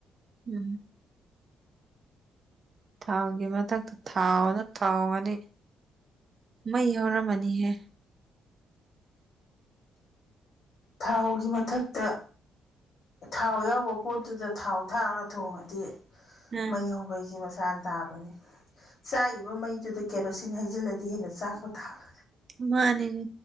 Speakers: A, on the right (about 45°); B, on the left (about 55°).
A: ꯎꯝ ꯊꯥꯎꯒꯤ ꯃꯊꯛꯇ ꯊꯥꯎꯅ ꯊꯥꯎꯒꯅꯤ ꯃꯩ ꯍꯧꯔꯝꯃꯅꯤꯍꯦ
B: ꯊꯥꯎꯒꯤ ꯃꯊꯛꯇ ꯊꯥꯎ ꯌꯥꯎꯕ ꯄꯣꯠꯇꯨꯗ ꯊꯥꯎ ꯊꯥꯛꯑꯒ ꯊꯣꯡꯉꯗꯤ
A: ꯎꯝ
B: ꯃꯩ ꯍꯧꯕꯩꯒꯤ ꯃꯁꯥꯅ ꯇꯥꯕꯅꯤ ꯆꯥꯛꯏꯕ ꯃꯩꯗꯨꯗ ꯀꯦꯔꯣꯁꯤꯟ ꯍꯩꯖꯤꯜꯂꯗꯤ ꯍꯦꯟꯅ ꯆꯥꯛꯄꯣ ꯊꯥꯛꯦ
A: ꯃꯥꯅꯤꯅꯦ